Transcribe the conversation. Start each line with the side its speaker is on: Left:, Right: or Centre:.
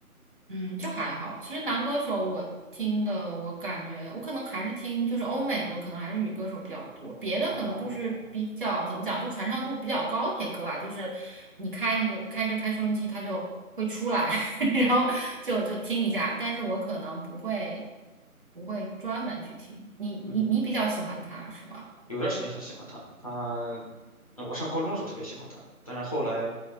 Right: 嗯，就还好。其实男歌手我听的，我感觉我可能还是听就是欧美多，可能还是女歌手比较多。别的可能就是比较怎么讲，
Left: 哦，
Right: 就传唱度比较高铁歌吧，就是你开那个开着开收音机，它就会出来，<laughs> 然后就就听一下。但是我可能不会不会专门去听。你你你比较喜欢他是吗？
Left: 嗯，有段时间很喜欢他，他，呃我上高中的时候特别喜欢他，但是后来